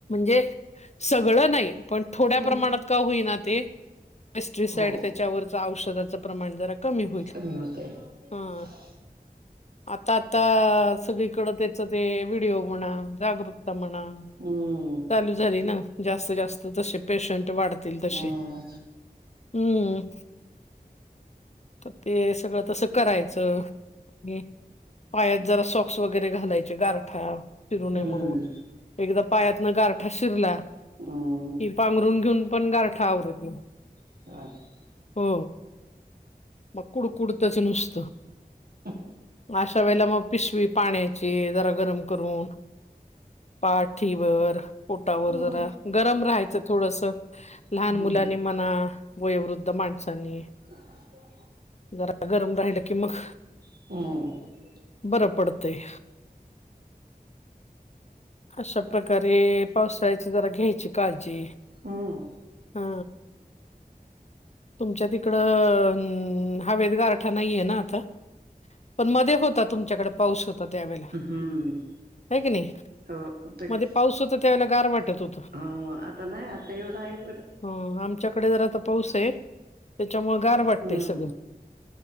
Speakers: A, on the left (about 45°); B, on the right (about 80°).
A: जे सगळं नाइ पण थोड्या
B: हो
A: प्रमाणात का होईना ते पेस्टिसाईड
B: हो
A: तेच्यावरच औषधाच प्रमाण जरा कमी होईल.
B: कमी <inaudible>
A: हा आता आता सगळीकडं तेच ते व्हिडिओ म्हणा जागरूक तमणा.
B: हं.
A: चालू झाली ना जास्त जास्त जसे पेशंट वाढतील तसे.
B: हम्म
A: हम्म त ते सगळं तसं करायचं घे. पायात जरा सॉक्स वगरे घालायचे गारठा चिरुणेम
B: हम्म
A: एकदा पायातनं गारठा शिरला
B: हम्म
A: की पांघरून घेऊन पण गारठा आवरत नाइ.
B: <inaudible>
A: हो म कुडकुड तच नुसतं.
B: एक
A: अशा वेळेला म पिसवी पाण्याची जरा गरम करून. पाठीवर. पोटावर
B: हो
A: जरा गरम राहायचं थोडसं
B: हम्म
A: लहान मुलांनी म्हणा. वयोवृद्ध माणसांनी
B: <inaudible>
A: जरा गरम राहिलं की मक
B: ह
A: बरं पडतय. अशा प्रकारे पावसाळा्याची जरा घ्यायची काळजी
B: हम्म
A: हा. तुमच्या तिकडं हा वदगारठा नाहीये ना आता? पण मध्ये होता तुमच्याकडे पाऊस होता त्यावेेळेला
B: हम्म
A: होय की नाही.
B: हो होतं
A: मध्ये
B: की
A: पाऊस होता त्यावेळेला गार वाटत होत.
B: हा आता नाही आता एवढं आहे बरं
A: ह आमच्याकडे जरा आता पाऊस आहे. त्याच्यामुळे गार वाटतय
B: हम्म
A: सगळं